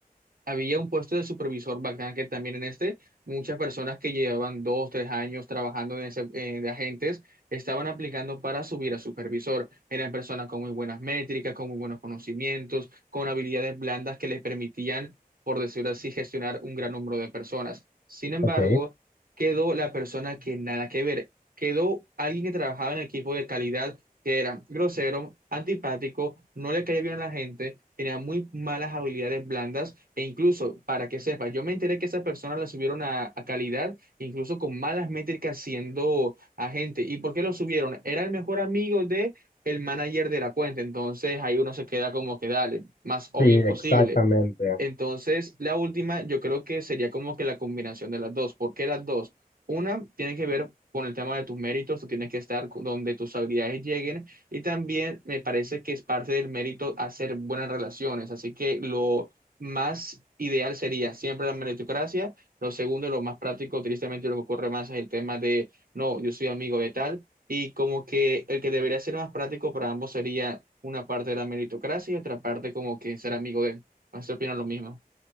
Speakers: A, on the right (about 70°); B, on the left (about 65°).
A: había un puesto de supervisor bacán que también en este, muchas personas que llevaban dos, tres años trabajando de, ese- eh, de agentes estaban aplicando para subir a supervisor. Eran personas con muy buenas métricas, con muy buenos conocimientos, con habilidades blandas que les permitían, por decirlo así, gestionar un gran número de personas. Sin embargo,
B: ok,
A: quedó la persona que nada que ver. Quedó alguien que trabajaba en el equipo de calidad que era grosero, antipático, no le caía bien a la gente, tenía muy malas habilidades blandas e incluso, para que sepa, yo me enteré que esa persona la subieron a, a calidad, incluso con malas métricas siendo agente. ¿Y por qué lo subieron? Era el mejor amigo de el manager de la cuenta, entonces ahí uno se queda como que dale, más obvio
B: sí,
A: imposible.
B: exactamente.
A: Entonces, la última, yo creo que sería como que la combinación de las dos. ¿Por qué las dos? Una tiene que ver con el tema de tus méritos, tú tienes que estar con- donde tus habilidades lleguen y también me parece que es parte del mérito hacer buenas relaciones, así que lo más ideal sería siempre la meritocracia, lo segundo, lo más práctico, tristemente lo que ocurre más es el tema de, no, yo soy amigo de tal y como que el que debería ser más práctico para ambos sería una parte de la meritocracia y otra parte como que ser amigo de, no sé opina lo mismo.